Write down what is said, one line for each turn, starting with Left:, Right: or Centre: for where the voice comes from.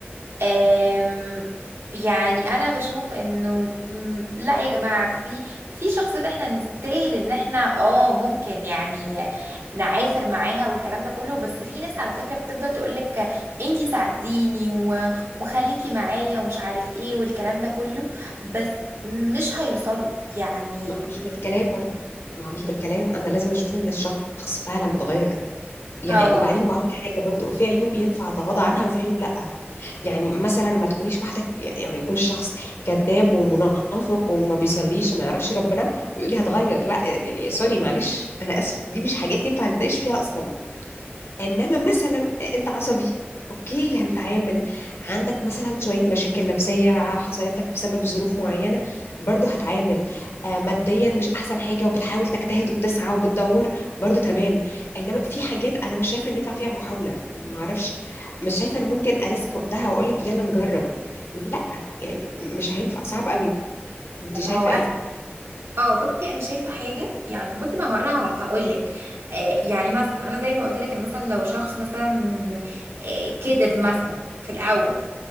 Right: آم، يعني انا بشوف انه مم، لا يا جماعه في في شخصيات احنا نستاهل ان احنا اه ممكن يعني نعافر معاها والكلام ده كله بس في ناس على فكره بتفضل تقولك انتي ساعديني و- وخليكي معايا ومش عارف ايه والكلام ده كله بس مش هيوصلوا يعني
Left: ما
Right: م-
Left: هو مش بالكلام برضو ما هو مش بالكلام انا لازم اشوف ان الشخص فعلا بيتغير يعني
Right: اه
Left: وبعدين بقول لك حاجه برضو في عيوب ينفع اتغاضى عنها وفي عيوب لا يعني مثلا ما تكونيش واحده يعني يكون الشخص كذاب ومنافق وما بيصليش وما يعرفش ربنا ويقول لي هتغير لا يعني سوري معلش انا اسفه دي مش حاجات ينفع نتناقش فيها اصلا انما مثلا انت عصبي اوكي هنتعامل عندك مثلا شويه مشاكل نفسيه حصلت لك بسبب ظروف معينه برضو هتعامل آه ماديا مش احسن حاجه وبتحاول تجتهد وبتسعى وبتدور برضو تمام انما في حاجات انا مش شايفه ان ينفع فيها محاوله معرفش مش شايفه ان ممكن اريسك وقتها واقول لك يلا نجرب لا يعني مش هينفع صعب قوي انت شايفه
Right: ما هو انا
Left: ايه
Right: اه بصي انا شايفه حاجه يعني بصي ما هو انا هقول لك يعني مثلا انا زي ما قلت لك إن مثلا لو شخص مثلا آه، كذب مثلا في الاول